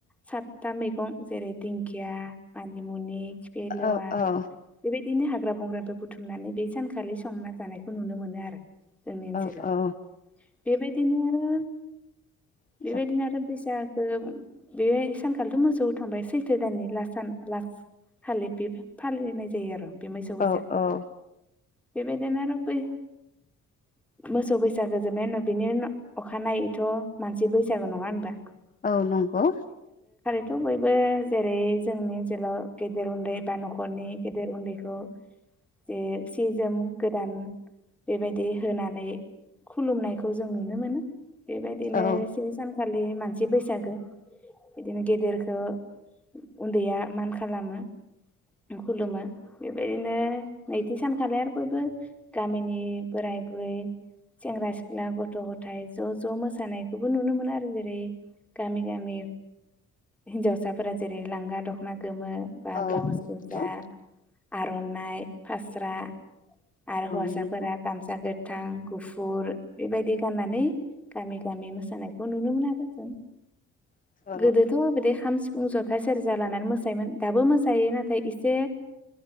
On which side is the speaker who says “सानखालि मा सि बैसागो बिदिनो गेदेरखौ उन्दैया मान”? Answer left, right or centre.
Centre